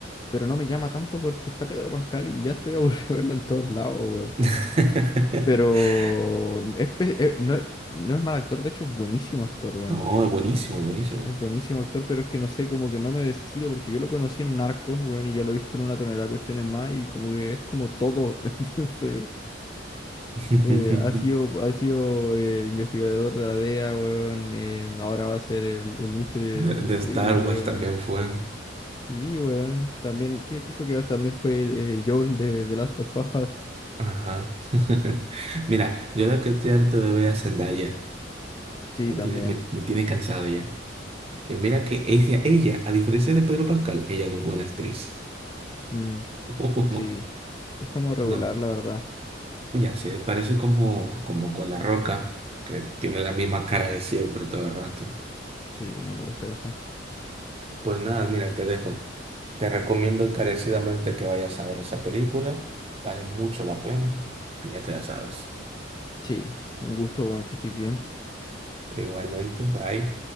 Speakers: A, on the left (about 20°); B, on the right (about 30°).
A: Pero no me llama tanto porque está Pedro Pascal y ya estoy aburrido <laughs> de verlo en todos lados, weón.
B: <laughs>
A: Pero es pe- eh, no, es no es mal actor, de hecho es buenísimo actor, weón.
B: No, es buenísimo, buenísimo.
A: Es buenísimo actor, pero es que no sé, como que no me decido porque yo lo conocí en Narcos, weón, y ya lo he visto en una tonelada de cuestiones más y como que es como todo, <laughs> entonces...
B: <laughs>
A: Eh, ha sido, ha sido eh, investigador de la DEA, weón. eh, ahora va a ser el, el Mister
B: De, de
A: Increíble,
B: Star Wars
A: weón.
B: también fue.
A: Sí, weón. También, ¿qué, qué fue que también fue eh, Joel de The Last of Us?
B: Ajá. <laughs> Mira, yo la que estoy harto de ver a Zendaya.
A: Sí,
B: Me
A: también.
B: tiene, me, me tiene cansado ya. Y mira que ella, ella, a diferencia de Pedro Pascal, ella no es buena actriz.
A: Mm,
B: <laughs>
A: sí.
B: No,
A: Es como regular,
B: no,
A: la verdad.
B: ya sé, parece como, como con La Roca, que tiene la misma cara de siempre todo el rato.
A: Sí, no me gusta eso.
B: Pues nada, mira, te dejo. Te recomiendo encarecidamente que vayas a ver esa película. Vale mucho la pena. Ya te la sabes.
A: Sí, un gusto, weón, que estés bien.
B: Igualmente, bye.